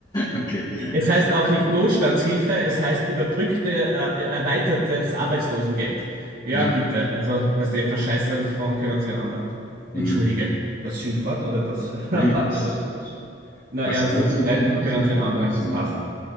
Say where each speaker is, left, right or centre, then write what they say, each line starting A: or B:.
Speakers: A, on the left; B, on the right.
A: <laughs> Okay, okay.
B: Es heißt auch nicht Notstandshilfe, es heißt überbrückte, äh, erweitertes Arbeitslosengeld. Ja,
A: Ja,
B: bitte. Also, was die verscheißern von können uns wen anderen. Entschuldige.
A: hm.
B: Das Schimpfwort oder das <laughs>
A: Nee,
B: harte
A: ich,
B: Wort. Na,
A: Was
B: erster
A: willst
B: verteidigen
A: du denn machen?
B: können, wenn anderen
A: Also,
B: das passt.